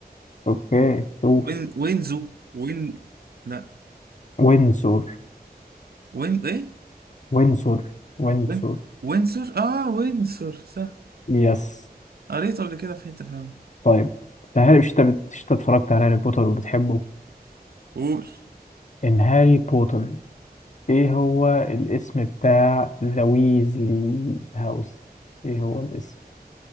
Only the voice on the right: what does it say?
وين وينزو وين لا
وين وين ايه
وين وينسور اه وينسور صح
قريته قبل كده في حته فعلا
قول